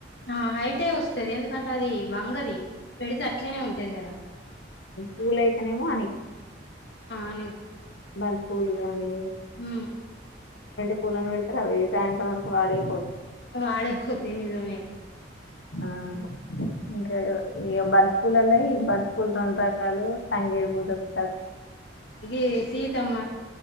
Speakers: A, on the left; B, on the left.
A: ఆ హైటే వస్తుది ఎందుకంటే అది వంగది పెడితే అట్లేనే ఉంటేది కదా
B: పూలైతేనేమో
A: అని
B: బంత పూలు గాని
A: హ
B: స్కూలను వెళ్తారు అవి సాయంత్రం వరకు వాడేయిపోతారు
A: వాడేపోతేని తమ
B: ఆ ఇంకా ఇ బంతి పూలులా ఈ బంతి పూలు రెండు రకాలు తంగేడు పూత
A: ే సీతమ్మ